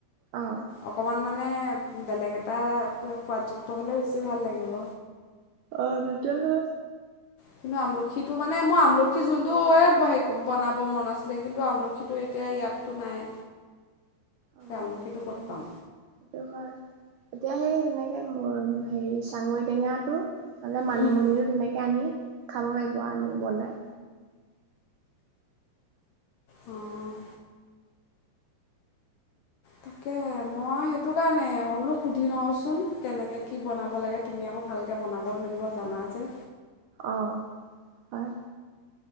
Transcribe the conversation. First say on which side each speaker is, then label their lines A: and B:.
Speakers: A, on the right; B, on the left.
A: অহ।
B: অকণমান মানে বেলেগ এটা সোৱাদযুক্ত হ'লে বেছি ভাল লাগিব।
A: অ তেতিয়াহলে
B: কিন্তু আমলখিটো মানে মই আমলখি জুল টোৱে বনাব মন আছিলে কিন্তু আমলখিটো এতিয়া ইয়াততো নাই।
A: অ
B: আমলখিটো
A: হৈ
B: ক'ত পাম
A: যাও সেইটো হয় এতিয়া সেই তেনেকে মোৰ হেৰি চঙৰি টেঙাটো মানে মানিমুনি
B: উম
A: তেনেকে আনি খাব পাৰিব আনি বনাই।
B: উম। তাকে মই সেইটো কাৰণে বোলো সুধি লওচোন কেনেকে কি বনাব লাগে তুমি আকৌ ভালকে বনাব মেলিব জানা যে।
A: আহঁ হয়।